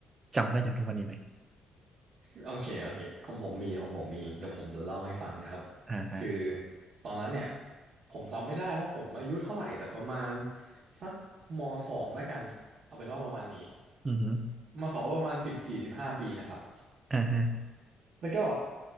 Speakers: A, on the right (about 30°); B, on the right (about 60°).
A: จำได้จนทุกวันนี้ไหม
B: โอเคโอเคของผมมีของผมมีเดี๋ยวผมจะเล่าให้ฟังครับ
A: อ่าฮะ
B: คือตอนนั้นเนี่ยผมจำไม่ได้ว่าผมอายุเท่าไหร่แต่ประมาณสักมสองแล้วกันเอาเป็นว่าประมาณนี้
A: อือฮึ
B: มสองก็ประมาณสิบสี่สิบห้าปีนะครับ
A: อ่าฮะ
B: แล้วก็